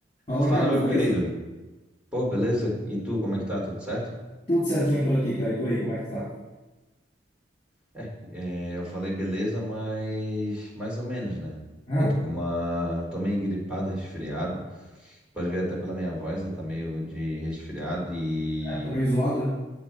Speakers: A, on the left; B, in the centre.
A: Fala,
B: Fala,
A: Carlos,
B: meu
A: beleza?
B: querido. Pô, beleza? E tu, como é que tá? Tudo certo?
A: Tudo certinho por aqui, cara. E por aí, como é que tu tá?
B: É, é, eu falei beleza, mas mais ou menos, né?
A: Ah,
B: Eu tô com uma. Tô meio gripado, resfriado. Pode ver até pela minha voz, né? Tá meio de resfriado e.
A: é, tá meio zoado, né?